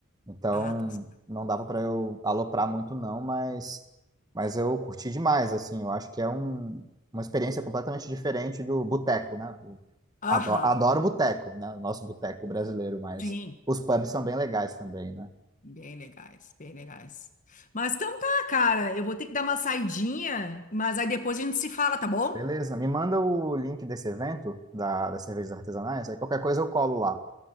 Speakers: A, on the right (about 20°); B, on the left (about 35°).
A: Então
B: Ah, tá. certo.
A: não dava para eu aloprar muito, não, mas, mas eu curti demais, assim. Eu acho que é um, uma experiência completamente diferente do boteco, né? Eu
B: Aham.
A: Adoro, adoro boteco, né? O nosso boteco brasileiro, mas
B: Sim.
A: os pubs são bem legais também, né?
B: Bem legais, bem legais. Mas então tá, cara. Eu vou ter que dar uma saidinha, mas aí depois a gente se fala, tá bom?
A: Beleza, me manda o link desse evento da, das cervejas artesanais, aí qualquer coisa eu colo lá.